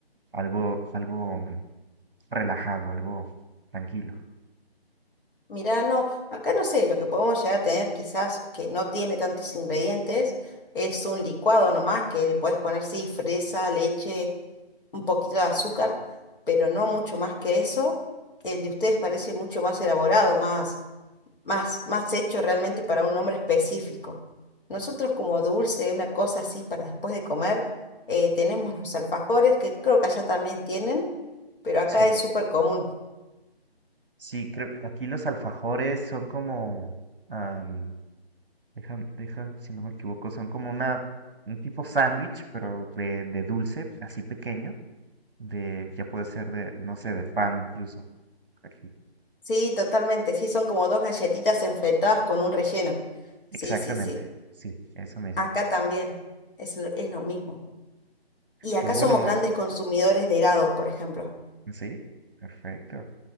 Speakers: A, on the right; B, on the left.
A: algo, algo mm, relajado, algo tranquilo.
B: Mirá, no, acá no sé, lo que podemos llegar a tener quizás que no tiene tantos ingredientes es un licuado nomás que le puedes poner, sí, fresa, leche, un poquito de azúcar, pero no mucho más que eso. El de ustedes parece mucho más elaborado, más, más, más hecho realmente para un nombre específico. Nosotros como dulce, una cosa así para después de comer, eh, tenemos los alfajores que creo que allá también tienen, pero acá
A: Sí,
B: es súper común.
A: sí, creo que aquí los alfajores son como, am, deja, deja, si no me equivoco, son como una, un tipo sándwich, pero de, de dulce, así pequeño, de, ya puede ser de, no sé, de pan incluso. Aquí.
B: Sí, totalmente. Sí, son como dos galletitas enfrentadas con un relleno.
A: Exactamente,
B: Sí, sí, sí.
A: sí, eso mismo.
B: Acá también es, lo- es lo mismo. Y acá
A: Pues bueno,
B: somos grandes
A: eh,
B: consumidores de helado, por ejemplo.
A: sí, perfecto.